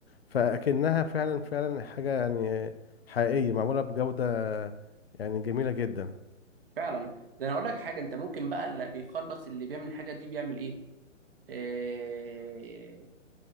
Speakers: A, on the left (about 50°); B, on the right (about 45°).
A: فأكنها فعلا فعلا حاجة يعني حقيقية معمولة بجودة يعني جميلة جدا
B: فعلا ده انا اقول لك حاجه انت ممكن بقى اللي بيخلص اللي بيعمل الحاجه دي بيعمل ايه آه...